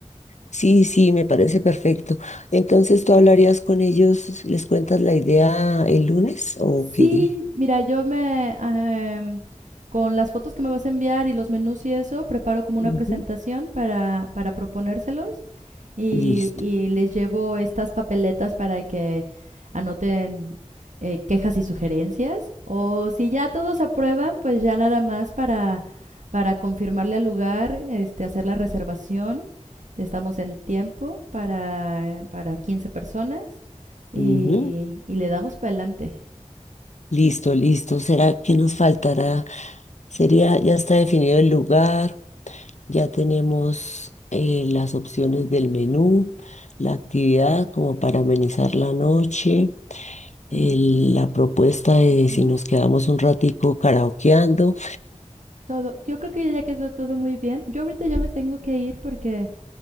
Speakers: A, on the left; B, on the right.
A: Sí, sí, me parece perfecto. Entonces, ¿tú hablarías con ellos? ¿Les cuentas la idea el lunes o
B: Sí,
A: qué?
B: mira, yo me... em, con las fotos que me vas a enviar y los menús y eso, preparo como una
A: Ujú.
B: presentación para, para proponérselos y,
A: Listo.
B: y les llevo estas papeletas para que anoten eh, quejas y sugerencias. O si ya todos aprueban, pues ya nada más para, para confirmarle al lugar, este, hacer la reservación. Estamos en tiempo para, para 15 personas y,
A: Ujú.
B: y le damos para adelante.
A: Listo, listo. ¿Será que nos faltará? Sería, ya está definido el lugar. Ya tenemos eh, las opciones del menú, la actividad como para amenizar la noche, el-
B: Mm, eh,
A: la propuesta de
B: ujú.
A: si nos quedamos un ratico karaokeando.
B: Todo, yo creo que ya quedó todo muy bien. Yo ahorita ya me tengo que ir porque